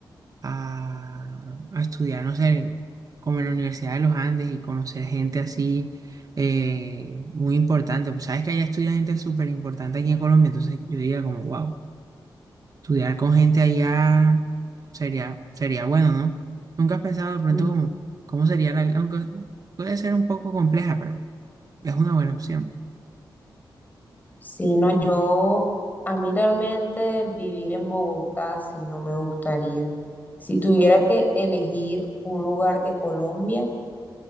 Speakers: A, on the right (about 45°); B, on the left (about 20°).
A: a- a estudiar, no sé, como en la Universidad de los Andes y conocer gente así eh, muy importante. Pues, sabes que allá estudia gente súper importante aquí en Colombia, entonces yo diría como, wow, estudiar con gente allá sería, sería bueno, ¿no? ¿Nunca has pensado de pronto
B: Ujú.
A: como, cómo sería la vida? Aunque puede ser un poco compleja, pero es una buena opción.
B: Si no, yo, a mí realmente vivir en Bogotá, sí no me gustaría. Si tuviera que elegir un lugar de Colombia,